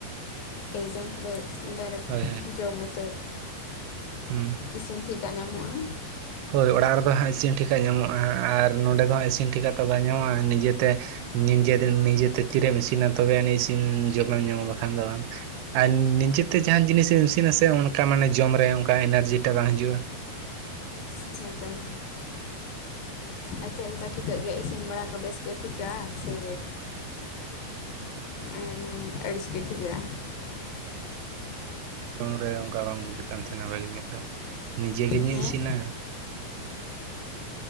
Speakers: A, on the left; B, on the right.
A: ᱮᱠᱫᱚᱢ ᱰᱟᱭᱨᱮᱠᱴ
B: ᱦᱳᱭ ᱦᱳᱭ
A: ᱡᱚᱢ ᱩᱛᱟᱨᱹ
B: ᱦᱩᱸ
A: ᱤᱥᱤᱱ ᱴᱷᱤᱠᱟ ᱧᱟᱢᱚᱜᱼᱟ
B: ᱦᱳᱭ ᱚᱲᱟᱜ ᱨᱮᱫᱚ ᱦᱟᱸᱜ ᱤᱥᱤᱱ ᱴᱷᱤᱠᱟᱜ ᱧᱟᱢᱚᱜᱼᱟ ᱟᱨ ᱱᱚᱸᱰᱮ ᱫᱚ ᱦᱟᱸᱜ ᱤᱥᱤᱱ ᱴᱷᱠᱟ ᱫᱚ ᱵᱟᱝ ᱧᱟᱢᱚᱜᱼᱟ ᱱᱤᱡᱮᱛᱮ ᱱᱤᱡᱮ ᱱᱤᱡᱮᱛᱮ ᱛᱤᱨᱮᱢ ᱤᱥᱤᱱᱟ ᱛᱚᱵᱮ ᱟᱹᱱᱤᱡ ᱤᱥᱤᱱ ᱡᱚᱢᱮᱢ ᱧᱟᱢᱟ ᱵᱟᱠᱷᱟᱱ ᱫᱚ ᱵᱟᱝ ᱟᱨ ᱱᱤᱡᱮᱛᱮ ᱡᱟᱦᱟᱱ ᱡᱤᱱᱤᱥᱢ ᱤᱥᱤᱱᱟᱥᱮ ᱚᱱᱠᱟ ᱢᱟᱱᱮ ᱡᱚᱢ ᱨᱮ ᱚᱱᱠᱟ ᱮᱱᱟᱨᱡᱤᱴᱟ ᱵᱟᱝ ᱦᱤᱡᱩᱜᱼᱟ
A: ᱦᱮ ᱪᱚᱝ ᱟᱨ ᱪᱮᱫ ᱞᱮᱠᱟ ᱴᱷᱤᱠᱟᱹᱜ ᱜᱮᱭᱟ ᱤᱥᱤᱱ ᱵᱟᱲᱟ ᱠᱚ ᱵᱮᱥ ᱜᱮ ᱴᱷᱤᱠᱟᱹᱜᱼᱟ ᱥᱮ ᱟᱨ ᱟᱹᱲᱤᱥ ᱜᱮ ᱴᱷᱤᱠᱟᱹᱜᱼᱟ
B: ᱨᱩᱢ ᱨᱮ ᱚᱱᱠᱟ ᱵᱟᱝ ᱵᱩᱡᱩᱜ ᱠᱟᱱ ᱛᱟᱦᱮᱱᱟ ᱵᱷᱟᱜᱮ ᱧᱚᱜ ᱫᱚ ᱱᱤᱡᱮ ᱜᱮ ᱤᱧ
A: ᱦᱮᱸ
B: ᱤᱥᱤᱱᱟ